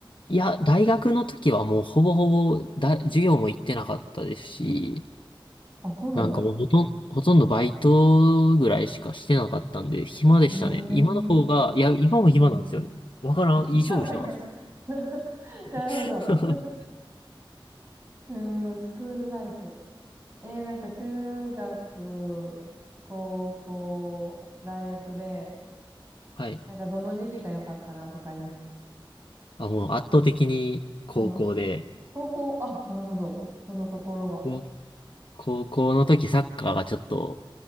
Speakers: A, on the left; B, on the right.
A: いや、大学の時はもうほぼほぼだ、授業も行ってなかったですし、
B: あ、そうなんだ。
A: なんかもうほとん、
B: う
A: ほとんどバイトぐらいしかしてなかったんで、暇でしたね。
B: ーん。
A: 今の方が、
B: うん
A: いや、今も暇なんですよね。
B: うん。
A: わからん、
B: <laughs>
A: いい勝負してます。
B: いや、今 <laughs> なるほど。
A: <laughs>
B: うーん、スクールライフ。えー、なんか中学、高校、大学で、
A: はい。
B: なんかどの時期が良かったなとかありますか
A: あ、もう圧倒的に高校で、
B: 今。高校、あ、なるほど。その心は。
A: 高高校の時サッカーがちょっと